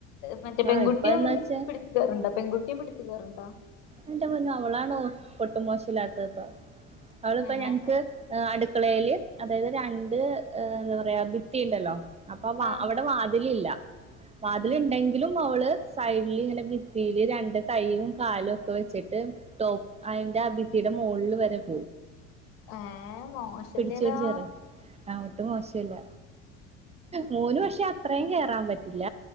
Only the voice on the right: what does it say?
ആ
ഇപ്പൊ എന്താ വെച്ചാ
എന്റെ മഞ്ഞു അവളാണോ പൊട്ട് മോശ ഇല്ലാത്തത്പ്പ അവളിപ്പ
ഞങ്ങക്ക് അടുക്കളയില് അതായത് രണ്ട് എന്താ പറയാ ഭിത്തി ഉണ്ടല്ലോ അപ്പൊ
അവിടെ വാതില് ഇല്ല വാതില്
ഉണ്ടെങ്കിലും അവള് സൈഡിൽ ഇങ്ങനെ ഭിത്തിയില് രണ്ട് കൈയും കാലും ഒക്കെ വെച്ചിട്ട് ടോ അതിന്റെ ആ ഭിത്തി ടെ മുകള് വരും
പിടിച്ച് പിടിച്ച് ഇറങ്ങും ആ ഒട്ടും മോശല്ല മൂന്ന് പക്ഷെ അത്രയും കേയറാൻ പറ്റില്ല